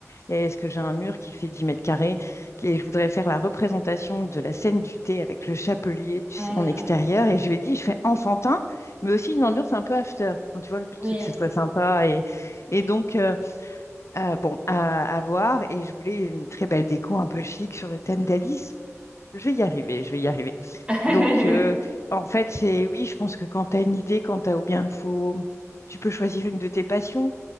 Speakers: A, on the left; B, on the right.
A: Et est-ce que j'ai un mur qui fait 10 mètres carrés? Et je voudrais faire la représentation de la scène du thé avec le chapelier, tu
B: Hmm.
A: sais, en extérieur. Et je lui ai dit, je fais enfantin, mais aussi une ambiance un peu after. Enfin, tu vois, le but,
B: Oui.
A: c'est que ça soit sympa. Et, et donc, euh, euh, bon, à, à voir. Et je voulais une très belle déco, un peu chic sur le thème d'Alice. Je vais y arriver, je vais y arriver.
B: <laughs>
A: Donc, euh, en fait, c'est oui, je pense que quand tu as une idée, quand tu as ou bien faut, tu peux choisir une de tes passions.